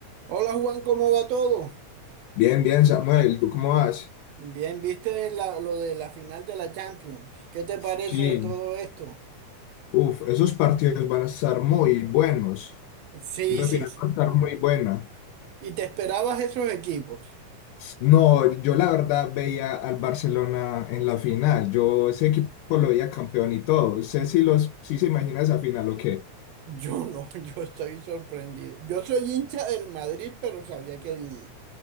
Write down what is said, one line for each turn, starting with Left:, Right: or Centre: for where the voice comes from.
Right: Hola Juan, ¿cómo va todo?
Left: Bien, bien, Samuel, ¿tú cómo vas?
Right: Bien, ¿viste la- lo de la final de la Champions? ¿Qué te
Left: Sí,
Right: parece de todo esto?
Left: uf, esos partidos van a estar muy buenos.
Right: Sí,
Left: Esa
Right: sí,
Left: final
Right: sí.
Left: va a estar muy buena.
Right: ¿Y te esperabas esos equipos?
Left: No, yo la verdad veía al Barcelona en la final. Yo ese equipo lo veía campeón y todo. Sé si los, si se imagina esa final o qué.
Right: Yo no, <laughs> yo estoy sorprendido. Yo soy hincha del Madrid, pero sabía que el,